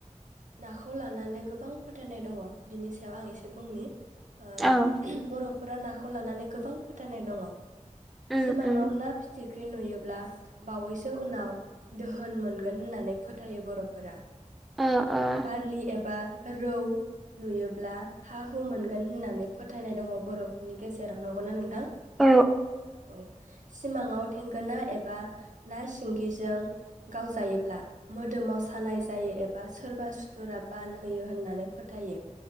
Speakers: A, on the right (about 80°); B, in the centre.
A: नाखौ लानानै गोबां फोथायनाय दङ बिनि सायाव आं एसे। एसे बुंनि। ओ
B: औ
A: बर'फोरा नाखौ लानानै गोबां। फोथायनाय दङ।
B: उम
A: सिमाङाव
B: उम
A: ना फिथि। ख्रि नुयोब्ला बावैसो उनाव दोहोन मोनगोन होननानै फोथायो बर'फोरा।
B: ओ ओ
A: बारलि एबा। रौ नुयोब्ला। हा हु मोनगोन होननानै फोथायनाय दङ बर'फोरनि गेजेराव नंगौना नोंथां।
B: औ
A: औ। सिमाङाव। थेंगोना एबा ना सि सिंगिजों गावजायोब्ला मोदोमाव सानाय जायो एबा सोरबा सुथुरा बान होयो होननानै फोथायो।